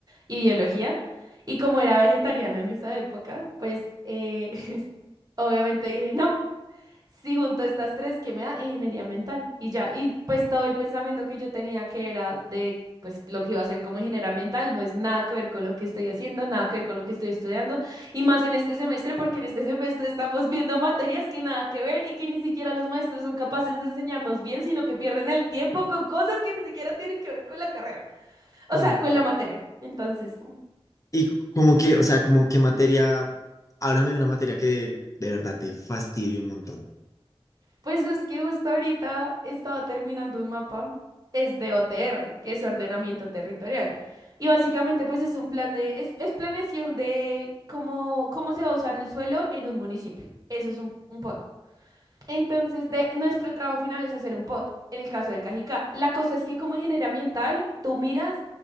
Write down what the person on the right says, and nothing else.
y biología. Y como era vegetariana en esa época, pues eh, <laughs> obviamente dije, no, si junto estas tres, ¿qué me da? Ingeniería mental. Y ya, y pues todo el pensamiento que yo tenía que era de, pues lo que iba a hacer como ingeniera ambiental, no es nada que ver con lo que estoy haciendo, nada que ver con lo que estoy estudiando, y más en este semestre, porque en este semestre estamos viendo materias que nada que ver y que ni siquiera los maestros son capaces de enseñarnos bien, sino que pierden el tiempo con cosas que ni siquiera tienen que ver con la carrera, o
sea, con la materia. Entonces...
Pues es que justo ahorita estaba terminando un mapa, es de OTR, que es ordenamiento territorial. Y básicamente pues es un plan de, es, es planeación de cómo, cómo se va a usar el suelo en un municipio. Eso es un, un POT. Entonces, de, nuestro trabajo final es hacer un POT, en el caso de Cajicá. La cosa es que como ingeniero ambiental, tú miras